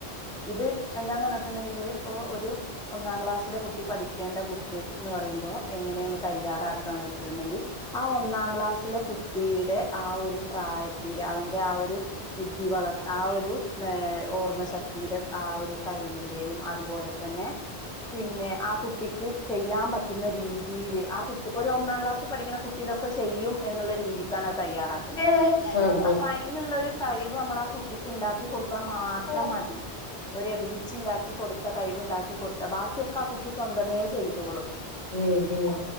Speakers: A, in the centre; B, on the left.
A: ഇത് എന്താന്ന് പറഞ്ഞിട്ടുണ്ടെങ്കില് ഇപ്പോൾ ഒരു ഒന്നാം ക്ലാസ്സിലെ കുട്ടി പഠിക്കേണ്ട ബുക്ക് എന്ന് പറയുമ്പോ എങ്ങനെയാണ് തയ്യാറാക്കുകന്ന് വെച്ചിട്ടുണ്ടെങ്കിൽ ആ ഒന്നാം ക്ലാസ്സിലെ കുട്ടിയുടെ ആ ഒരു പ്രായത്തിന്റെ അവന്റെ ആ ഒരു ബുദ്ധി വളർ ആ ഒരു ഏ ഓർമ്മശക്തിയുടെ ആ ഒരു കഴിവിന്റെയും അതുപോലെ തന്നെ പിന്നെ ആ കുട്ടി ടിക്ക് ചെയ്യാം പറ്റുന്ന രീതിയില് ആ കുട്ടി ഒരു ഒന്നാം ക്ലാസ്സിൽ പഠിക്കുന്ന കുട്ടി ഇതൊക്കെ ചെയ്യും എന്നുള്ള രീതിക്കാണ് അത് തയ്യാറാക്കുന്നത്
B: ഉം ഉം ഉം
A: അപ്പൊ അതിനുള്ള ഒരു കഴിവ് നമ്മൾ ആ കുട്ടിക്ക് ഉണ്ടാക്കി കൊടുത്താൽ മാത്രം
B: ഉം
A: മതി ഒരു എബിലിറ്റി ഉണ്ടാക്കിക്കൊടു കൈവ്ണ്ടാക്കി കൊടു ബാക്കിയൊക്കെ ആ കുട്ടി സ്വന്തമേ ചെയ്തോളും
B: ഉം ഉം